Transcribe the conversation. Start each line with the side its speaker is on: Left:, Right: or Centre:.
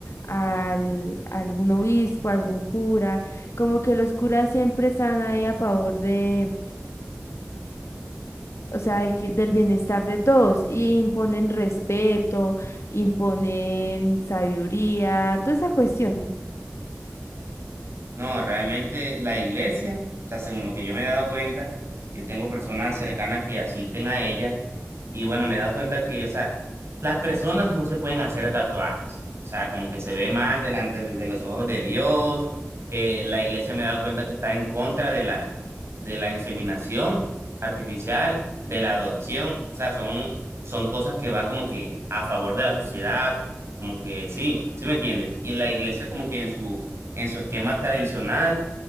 Left: al, a algún obispo, a algún cura, como que los curas siempre están ahí a favor de, o sea, de que, del bienestar de todos, y imponen respeto, imponen sabiduría, toda esa cuestión.
Right: No, realmente la iglesia, o sea, según lo que yo me he dado cuenta, yo tengo personas cercanas que asisten a ella y bueno, me he dado cuenta que, o sea, las personas no se pueden hacer tatuajes, o sea, como que se ve mal delante de de los ojos de Dios, eh, la iglesia me he dado cuenta que está en contra de la, de la inseminación artificial, de la adopción, o sea, son, son cosas que van como que a favor de la sociedad, como que sí, ¿sí me entiendes? Y la iglesia como que en su en su esquema tradicional